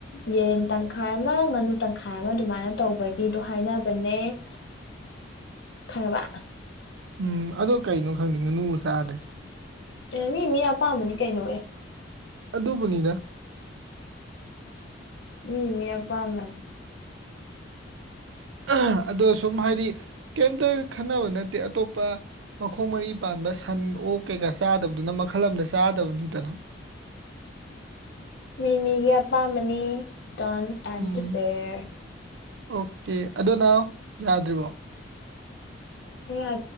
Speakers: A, on the left (about 70°); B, on the right (about 75°).
A: ꯌꯦꯟ ꯇꯪꯈꯥꯏ ꯑꯃ ꯉꯥꯅꯨ ꯇꯪꯈꯥꯏ ꯑꯃ ꯑꯗꯨꯃꯥꯏꯅ ꯇꯧꯕꯒꯤ ꯒꯤꯗꯣ ꯍꯥꯏꯅꯕꯅꯦ ꯈꯪꯕ
B: ꯎꯝ ꯑꯗꯣ ꯀꯩꯅꯣ ꯈꯪꯅꯤꯡꯉꯅꯨꯒ ꯆꯥꯔꯔꯦ
A: ꯑꯦ ꯃꯤ ꯃꯤ ꯑꯄꯥꯝꯕꯅꯤ ꯀꯩꯅꯣꯔꯦ
B: ꯑꯗꯨꯕꯨꯅꯤꯗ
A: ꯃꯤ ꯃꯤ ꯄꯝꯅꯦ
B: <inaudible> ꯑꯗꯣ ꯁꯨꯝ ꯍꯥꯏꯗꯤ ꯀꯩꯝꯇ ꯈꯟꯅꯕ ꯅꯠꯇꯦ ꯑꯇꯣꯞꯄ ꯃꯈꯣꯡ ꯃꯔꯤ ꯄꯥꯟꯕ ꯁꯟ ꯑꯣꯛ ꯀꯩꯀꯥ ꯆꯥꯗꯕꯗꯨꯅ ꯃꯈꯜ ꯑꯃꯗ ꯆꯥꯗꯕꯅꯤꯗꯅ
A: ꯃꯤꯃꯤꯒꯤ ꯑꯄꯥꯝꯕꯅꯤ ꯗ ꯑꯦꯟꯇ
B: ꯎꯝ
A: ꯐꯦꯔ
B: ꯑꯣꯀꯦ ꯑꯗꯨ ꯅꯅꯥ ꯌꯥꯗ꯭ꯔꯤꯕꯣ
A: ꯑ